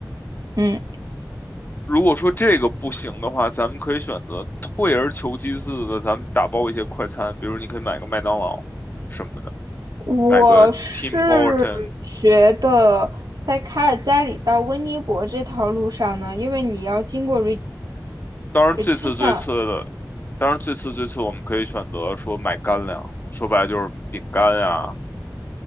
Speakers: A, on the right; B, on the left.
A: 嗯。
B: 如果说这个不行的话，咱们可以选择退而求其次的，咱们打包一些快餐，比如你可以买个麦当劳什么的，
A: 我是觉得在卡尔加里到温尼伯这条路上呢，
B: 买个 Tim Horton。
A: 因为你要经过
B: 当然最次最次的，
A: Regina，Regina，
B: 当然最次最次我们可以选择说买干粮，说白了就是饼干啊，